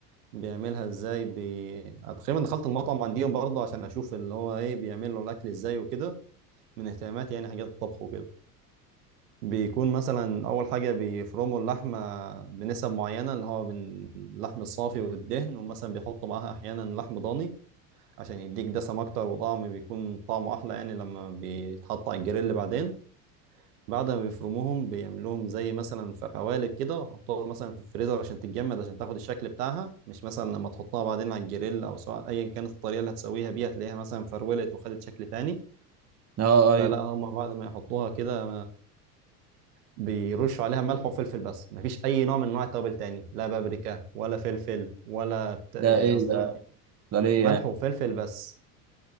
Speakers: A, on the right; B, on the right.
A: بيعملها ازاي بي... أنا تقريبا دخلت المطعم عنديهم برضه عشان اشوف اللي هو ايه بيعملوا الاكل ازاي وكده من اهتماماتي يعني حاجات الطبخ وكده بيكون مثلا اول حاجه بيفرموا اللحمه بنسب معينه اللي هو من اللحم الصافي والدهن ومثلا بيحطوا معاها احيانا لحم ضاني عشان يديك دسم اكتر وطعم بيكون طعمه احلى يعني لما بيتحط على الجريل بعدين بعد ما بيفرموهم بيعملوهم زي مثلا في قوالب كده وحطوها مثلا في الفريزر عشان تتجمد عشان تاخد الشكل بتاعها مش مثلا لما تحطها بعدين على الجريل او سواء ايا كانت الطريقه اللي هتسويها بيها تلاقيها مثلا فرولت وخدت شكل تاني
B: اه
A: فلا
B: ايوه
A: هم بعد ما يحطوها كده بيرشوا عليها ملح وفلفل بس مفيش اي نوع من انواع التوابل تاني لا بابريكا ولا فلفل ولا ت- آه،
B: ده ايه
A: قصدي
B: ده
A: لا
B: ده ليه
A: ملح
B: يعني
A: وفلفل بس